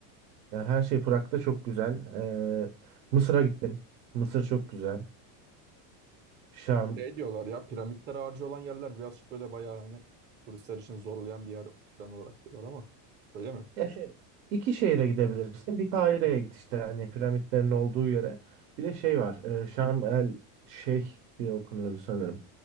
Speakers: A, on the right; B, on the right.
A: Ya
B: Hmm.
A: her şey Prag'da çok güzel. Ee, Mısır'a gittim. Mısır çok güzel. Şam.
B: Şey diyorlar ya piramitler harcı olan yerler birazcık böyle bayağı hani turistler için zorlayan bir yer falan olarak diyorlar ama öyle mi?
A: Ya şey, iki şehre gidebilirsin. Bir Kahire'ye git işte hani piramitlerin olduğu yere. Bir de şey var. E, Şarm El Şeyh diye okunuyordu sanırım.